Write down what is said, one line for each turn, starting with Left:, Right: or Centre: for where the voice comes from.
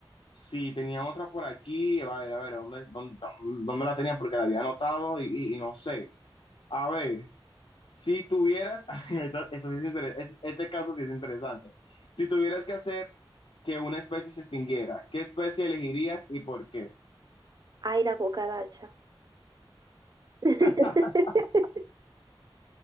Left: sí, tenía otra por aquí, a ver, a ver, ¿dónde, dónde, dónde la tenía? Porque la había anotado y, y y no sé. A ver, si tuvieras, <laughs> esto- esto sí es inter- es- este caso sí es interesante, si tuvieras que hacer que una especie se extinguiera, ¿qué especie elegirías y por qué?
Right: Ay, la cucaracha. <laughs>
Left: <laughs>